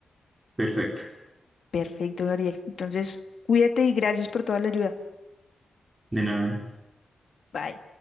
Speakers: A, on the right (about 15°); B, on the left (about 65°).
A: <laughs> Perfecto,
B: Perfecto, Gabriel. Entonces, cuídate y gracias por toda la ayuda.
A: de nada.
B: Bye.